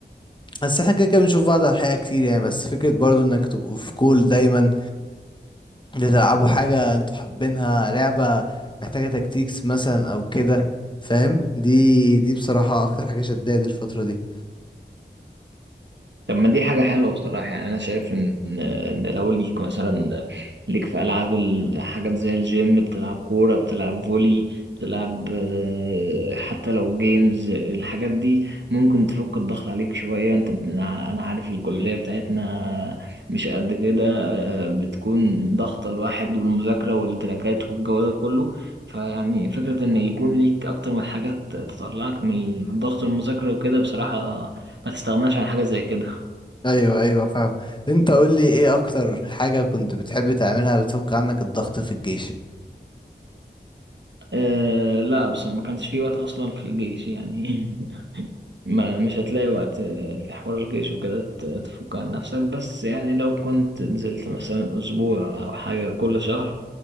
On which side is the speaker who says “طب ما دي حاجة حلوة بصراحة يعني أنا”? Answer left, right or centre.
Right